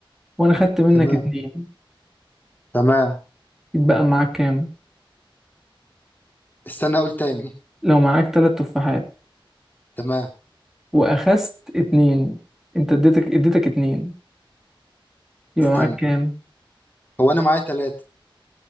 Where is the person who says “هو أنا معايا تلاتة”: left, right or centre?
Left